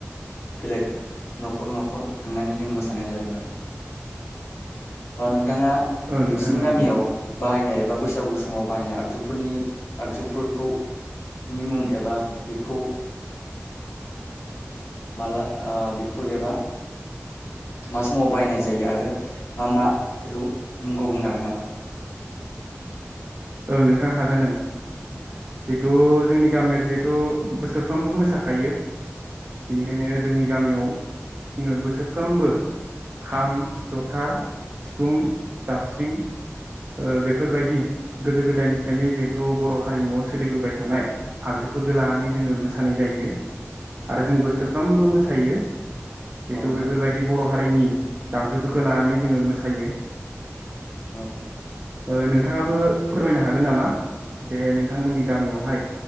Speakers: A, on the left; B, on the right.
A: बेलेग न'खर न'खर थांनानै जों मोसानाय जादों आरो नों नोंथाङा
B: औ
A: नोंसिनि
B: नोंथां
A: गामियाव
B: ओं
A: बाहायनाय एबा बैसागु समाव बाहायनाय आगजुफोरनि आगजुफोरखौनि मुं एबा बेखौ माला फुयोबा मा समाव बाहायनाय जायो आरो मा मा बेखौ मुंखौ बुंनो हागोन नामा
B: ओं नोंथां हागोन ओं जिहेथु जोंनि गामिया जिहेथु बोसोरफ्रामबो मोसाखायो बेनिखायनो जोंनि गामियाव जोङो बोसोरफ्रामबो खाम जथा सिफुं जाबस्रिं ओ बेफोरबायदि गोदो गोदायनिफ्रायनो जिहेथु बर' हारिमुवआव सोलिबोबाय थानाय आगजुफोरखौ लानानै जोङो मोसानाय जायो आरो जों बोसोरफ्रोमबो
A: औ
B: मोसायो
A: औ
B: बेथ'
A: नोंथां
B: बेफोरबायदि बर' हारिनि दामजुफोरखौ लानानै जोङो मोसायो
A: औ
B: ओ नोंथाङाबो फोरमायनो हागोन नामा जे नोंथांमोननि गामियावहाय